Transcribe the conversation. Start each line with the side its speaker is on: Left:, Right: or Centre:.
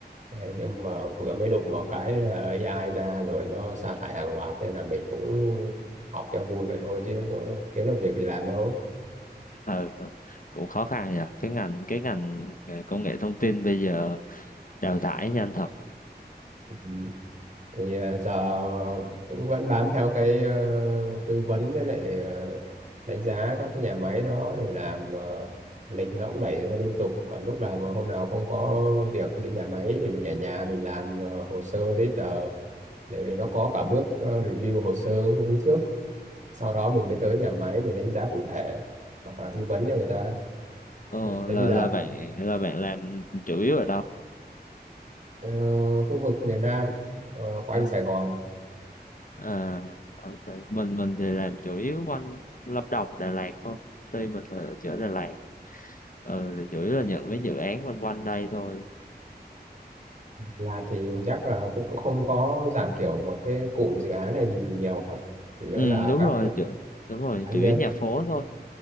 Right: Đấy, nhưng mà vừa mới đụng vào cái là AI ra rồi nó sa thải hàng loạt nên là mình cũng học cho vui vậy thôi chứ có kiếm được việc gì làm đâu
Left: ờ ờ, cũng khó khăn nhỉ cái ngành cái ngành ờ, công nghệ thông tin bây giờ đào thải nhanh thật
Right: Ừ. thì à, giờ cũng vẫn bám theo cái ờ, tư vấn với lại ờ, đánh giá các cái nhà máy đó thì làm ờ, lịch nó cũng đẩy ra liên tục còn lúc nào mà hôm nào không có việc đi nhà máy thì mình ở nhà mình làm ờ, hồ sơ giấy tờ để nó có cả bước ờ, review hồ sơ cái hôm trước sau đó mình mới tới nhà máy mình đánh giá cụ thể hoặc là tư vấn cho người ta
Left: Ồ,
Right: Mà thấy
Left: là
Right: bây giờ
Left: là bạn là bạn làm chủ yếu ở đâu
Right: ờ, khu vực miền Nam ờ, của anh
Left: à,
Right: Sài Gòn
Left: à ok. mình mình thì làm chủ yếu quanh Lâm Đồng Đà Lạt thôi tuy mình là ở chỗ Đà Lạt ừ, thì chủ yếu là nhận mấy dự án quanh quanh đây thôi
Right: là thì chắc là cũng không có dạng kiểu một cái cụm dự án này gì nhiều cả chủ yếu
Left: ừ
Right: là
Left: đúng
Right: các
Left: rồi chủ đúng rồi
Right: cá nhân
Left: chủ yếu nhà phố thôi